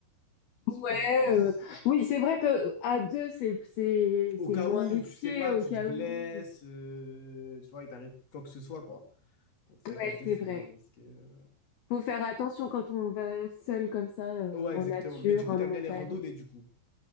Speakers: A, on the left; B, on the left.
A: Ouais,
B: je pense que
A: euh,
B: c'est-
A: oui, c'est vrai que à deux, c'est c'est
B: au
A: c'est
B: cas
A: moins
B: où,
A: risqué
B: tu sais pas,
A: au
B: tu
A: cas
B: te blesses,
A: où.
B: euh, tu vois, il t'arrive quoi que ce soit, quoi. Donc, c'est
A: Ouais,
B: vrai qu'à deux,
A: c'est
B: c'est
A: vrai.
B: moins risqué. euh.
A: Faut faire attention quand on va seul comme ça euh,
B: Ouais,
A: en
B: exactement.
A: nature,
B: Mais du coup,
A: en
B: t'aimes
A: montagne.
B: bien les randonnées, du coup.